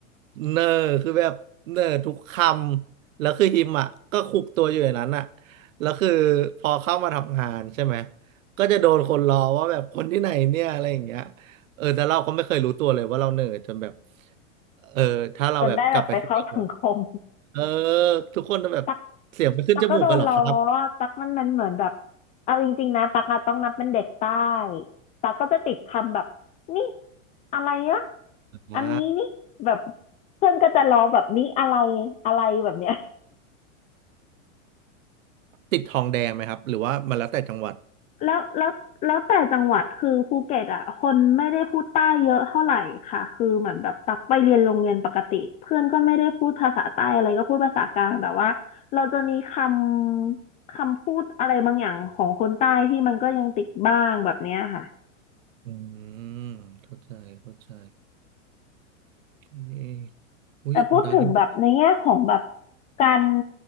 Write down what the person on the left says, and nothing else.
จนได้แบบไปเข้าสังคม
ตักตักก็โดนล้ออะตักมันมันเหมือนแบบเอาจริงๆนะตักอะต้องนับเป็นเด็กใต้ตักก็จะติดคำแบบนี่อะไรอะ
อันนี้นี่แบบเพื่อนก็จะล้อแบบนี่อะไรอะไรแบบเนี้ย
แล้วแล้วแล้วแต่จังหวัดคือภูเก็ตอ่ะคนไม่ได้พูดใต้เยอะเท่าไหร่ค่ะคือเหมือนแบบตักไปเรียนโรงเรียนปกติเพื่อนก็ไม่ได้พูดภาษาใต้อะไรก็พูดภาษากลางแต่ว่าเราจะมีคำคำพูดอะไรบางอย่างของคนใต้ที่มันก็ยังติดบ้างแบบเนี้ยค่ะ
แต่พูดถึงแบบในแง่ของแบบการ